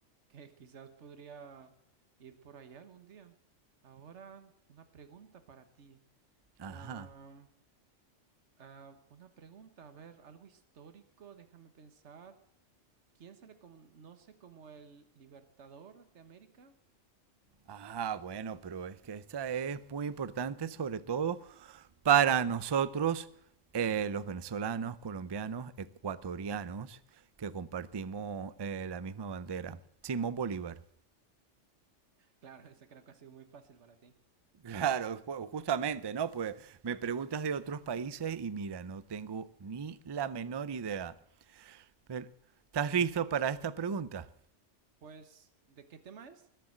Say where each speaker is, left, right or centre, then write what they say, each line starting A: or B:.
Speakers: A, on the right; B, on the right.
A: que quizás podría ir por allá algún día. Ahora, una pregunta para ti.
B: Ajá.
A: Am, ah, una pregunta, a ver, algo histórico, déjame pensar. ¿Quién se le conoce como el Libertador de América? <laughs>
B: Ah, bueno, pero es que esta es muy importante, sobre todo para nosotros, eh, los venezolanos, colombianos, ecuatorianos, que compartimos eh, la misma bandera. Simón Bolívar.
A: Claro, esa creo que ha sido muy fácil para ti.
B: Claro, pues, justamente, ¿no? Pues me preguntas de otros países y mira, no tengo ni la menor idea. Pero, ¿estás listo para esta pregunta?
A: Pues, ¿de qué tema es?